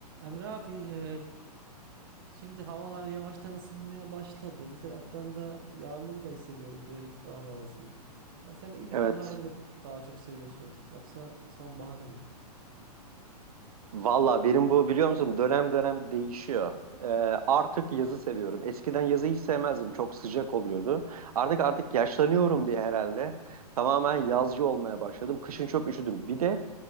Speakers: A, on the right; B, on the right.
A: Emre abi e, şimdi havalar yavaştan ısınmaya başladı. Bir taraftan da yağmur da hissediyoruz böyle ilkbahar havası. Ya sen ilkbaharı
B: Evet.
A: mı daha çok seviyorsun yoksa sonbaharı mı?
B: Valla benim bu biliyor musun dönem dönem değişiyor. Ee, artık yazı seviyorum. Eskiden yazı hiç sevmezdim. Çok sıcak oluyordu. Artık artık yaşlanıyorum diye herhalde tamamen yazcı olmaya başladım. Kışın çok üşüdüm. Bir de